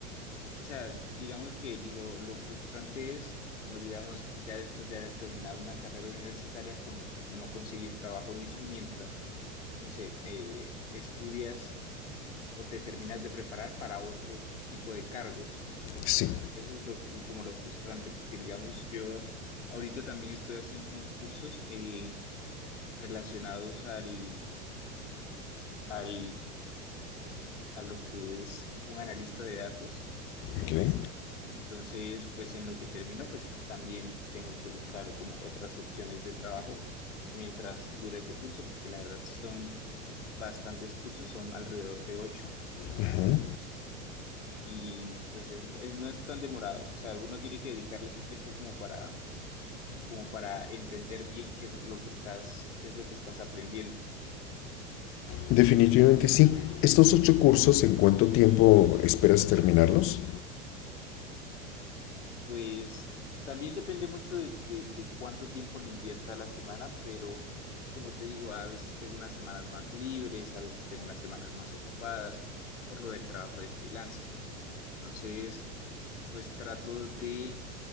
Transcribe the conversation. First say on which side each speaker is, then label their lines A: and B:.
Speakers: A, on the left (about 80°); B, on the left (about 35°).
A: sea, digamos que lo, lo frustrante es, como digamos, ya después de haber terminado una carrera universitaria, como pues no conseguir trabajo en eso mientras, no sé, eh, estudias o te terminas de preparar para otro tipo de cargos.
B: Sí.
A: Eso es lo, lo- como lo frustrante, porque digamos, yo ahorita también estoy haciendo unos cursos eh, relacionados al... al a lo que es un analista de datos.
B: Okay.
A: Entonces, pues en lo que termino, pues también tengo que buscar como otras opciones de trabajo mientras dura ese curso, porque la verdad son bastantes cursos, son alrededor de ocho
B: ujú.
A: y pues es, es- no es tan demorado. O sea, uno tiene que dedicarle su tiempo como para, como para entender bien qué es lo que estás, qué es lo que estás aprendiendo.
B: Definitivamente sí. ¿Estos ocho cursos en cuánto tiempo esperas terminarlos?
A: Pues también depende mucho de, de, de cuánto tiempo le invierta a la semana, pero pues, como te digo, a veces tengo unas semanas más libres, a veces tengo unas semanas más ocupadas por lo del trabajo de freelancer. Entonces, pues trato de,